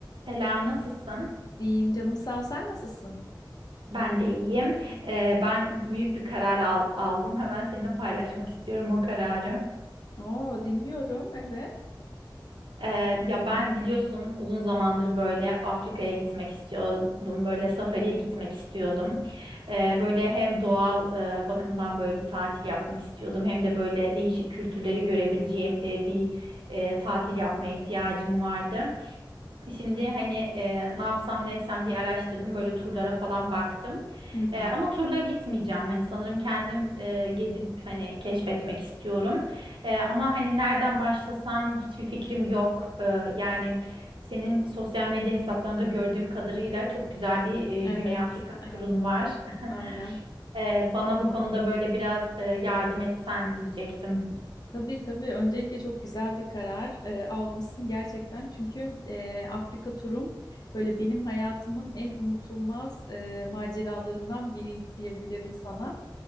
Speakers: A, on the right; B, on the left.
A: Selam, nasılsın?
B: İyiyim canım sağ ol. Sen nasılsın?
A: Ben de iyiyim. Ee, ben büyük bir karar al- aldım. Hemen seninle paylaşmak istiyorum o kararı.
B: Oo dinliyorum. Evet.
A: Ee, ya ben biliyorsun uzun zamandır böyle Afrika'ya gitmek istiyordum. Böyle safariye gitmek istiyordum. Ee, böyle hem doğal e, bakımdan böyle bir tatil yapmak istiyordum. Hem de böyle değişik kültürleri görebileceğim e, bir e, tatil yapmaya ihtiyacım vardı. Şimdi hani e, ne yapsam ne etsem diye araştırdım böyle turlara falan baktım.
B: Hı
A: E,
B: hı.
A: ama turla gitmeyeceğim. Hani sanırım kendim e, gezip hani keşfetmek istiyorum. E, ama hani nereden başlasam hiçbir fikrim yok. E, yani senin sosyal medya hesaplarında gördüğüm kadarıyla çok güzel bir e,
B: Evet.
A: Güney Afrika
B: Evet.
A: turun var. <laughs>
B: Aynen.
A: E, bana bu konuda böyle biraz e, yardım etsen diyecektim.
B: Tabii tabii. Öncelikle çok güzel bir karar e, almışsın gerçekten. Çünkü e, Afrika turum böyle benim hayatımın en unutulmaz e, maceralarından biriydi diyebilirim sana.